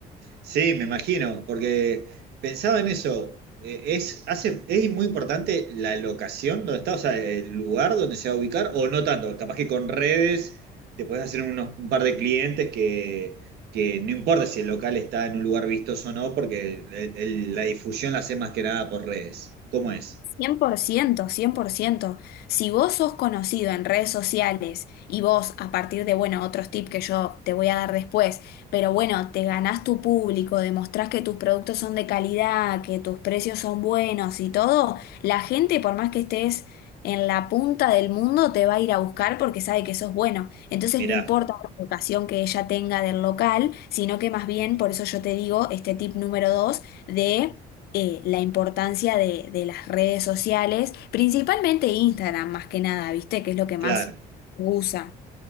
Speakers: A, on the right; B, on the left.
A: Sí, me imagino, porque pensaba en eso. eh, ¿Es, hace, es muy importante la locación donde está, o sea, el lugar donde se va a ubicar, o no tanto? Capaz que con redes te puedes hacer unos, un par de clientes que, que no importa si el local está en un lugar vistoso o no, porque el- el- la difusión la hace más que nada por redes. ¿Cómo es?
B: cien cien por ciento cien por ciento Si vos sos conocido en redes sociales y vos, a partir de, bueno, otros tips que yo te voy a dar después, pero bueno, te ganás tu público, demostrás que tus productos son de calidad, que tus precios son buenos y todo, la gente, por más que estés en la punta del mundo, te va a ir a buscar porque sabe que sos bueno. Entonces
A: Mirá,
B: no importa la vocación que ella tenga del local, sino que más bien, por eso yo te digo, este tip número dos, de eh, la importancia de, de las redes sociales, principalmente Instagram más que nada, ¿viste? Que es lo que más
A: claro.
B: usa.